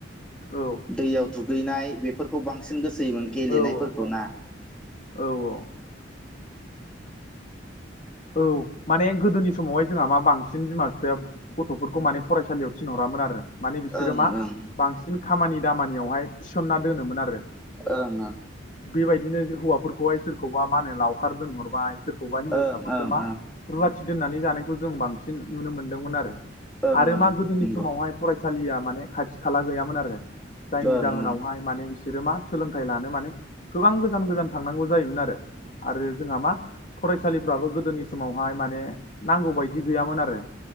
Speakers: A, on the left; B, in the centre.
A: औ
B: दैयाव दुगैनाय बेफोरखौ बांसिन गोसो होयोमोन
A: औ
B: गेलेनायफोरखौ
A: औ
B: ना
A: औ औ औ माने गोदोनि समावहाय जोंहा मा बांसिन बिमा बिफाया गथ'फोरखौ माने फरायसालियाव थिनहरामोन आरो। माने बिसोरो
B: ओं
A: मा
B: ओं
A: बांसिन खामानि दामानियावहाय थिसनना दोनोमोन आरो।
B: ओं ओं
A: बेबायदिनो हौवाफोरखौहाय सोरखौबा मा होनो लावखार दोनहरबाय सोरखौबा हिनजावसाफोरखौ
B: ओं ओं
A: मा
B: ओं
A: रुवाथि दोननानै जानायखौ जों बांसिन नुनो मोनदोंमोन आरो।
B: ओं
A: आरो
B: ओं
A: मा गोदोनि
B: नंगौ
A: समावहाय फरायसालिया माने खाथि खाला गैयामोन आरो जायनि
B: ओं
A: जाहोनावहाय
B: ओं
A: माने बिसोरो मा सोलोंथाइ लानो माने गोबां गोजान गोजान थांनांगौ जायोमोन आरो आरो जोंहा मा फरायसालिफ्राबो गोदोनि समावहाय माने नांगौ बायदि गैयामोन आरो।